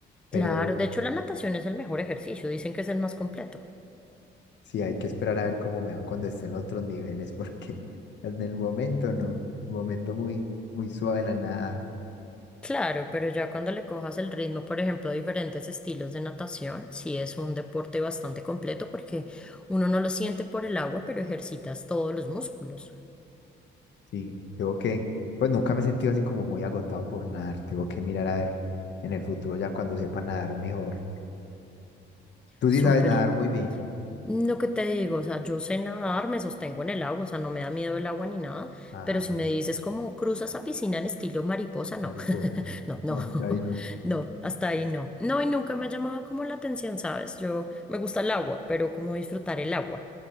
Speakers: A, on the left; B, in the centre.
A: Pero
B: claro, de hecho la natación es el mejor ejercicio, dicen que es el más completo.
A: sí, hay que esperar a ver cómo me va cuando esté en otros niveles, <laughs> porque en el momento no. Un momento muy, muy suave la nada.
B: Claro, pero ya cuando le cojas el ritmo, por ejemplo, a diferentes estilos de natación, sí es un deporte bastante completo porque uno no lo siente por el agua, pero ejercitas todos los músculos.
A: Sí, tengo que, pues nunca me he sentido así como muy agotado por nadar. Tengo que mirar a ver en el futuro ya cuando sepa nadar mejor. Tú sí
B: Súper.
A: sabes nadar muy bien.
B: Lo que te digo, o sea, yo sé nadar, me sostengo en el agua, o sea, no me da miedo el agua ni nada,
A: Ajá,
B: pero si me dices como cruzas a piscina en estilo mariposa, no,
A: mariposa.
B: <laughs>
A: <laughs>
B: no, no,
A: No,
B: <laughs>
A: hasta ahí no,
B: no, hasta ahí no. No, y nunca me ha llamado como la atención, ¿sabes? Yo me gusta el agua, pero como disfrutar el agua.